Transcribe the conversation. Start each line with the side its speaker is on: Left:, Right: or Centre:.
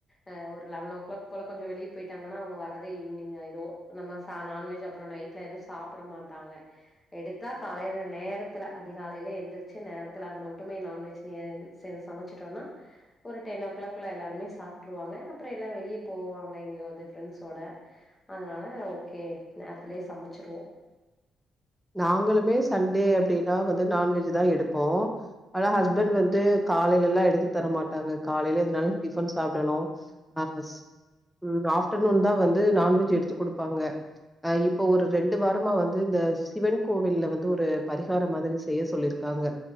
Left: அஹ் ஒரு லெவன் ஓ கிளாக் போல கொஞ்சொ வெளிய பொயிட்டாங்கனா அவங்க வரதே ஈவினிங் ஆயிரு நம்ம ச நான்வெஜ் அப்புறொ நைட்ல எதுவு சாப்புட மாட்டாங்க எடுத்தா காலைல நேரத்துல அதிகாலைலே எந்திரிச்சு நேரத் த்துல அது மட்டுமே நான்வெஜ் நீயன் சேந் சமைச்சுட்டொனா ஒரு டென் ஓ கிளாக்குல்ல எல்லாருமே சாப்ட்ருவாங்க அப்றொ எல்லா வெளிய போவாங்க எங்குயவ்து ஃபிரண்ட்ஸோட அதனால ஓகே நேரத்துலயே சமச்சிருவோ
Centre: நாங்களுமே சண்டே அப்டிதா வது நான்வெஜ் தா எடுப்போ ஆனா ஹஸ்பண்ட் வந்து காலைலலா எடுத்து தர மாட்டாங்க காலையில எதனாலு டிபன் சாப்டணு அஹ் அஸ் ஆஃப்டர்நூன் தா வந்து நான்வெஜ் எடுத்து குடுப்பாங்க அஹ் இப்போ ஒரு ரெண்டு வாரமா வந்து இந்த சிவன் கோவில்ல வந்து ஒரு பரிகாரொ மாதிரி செய்ய சொல்லிருக்காங்க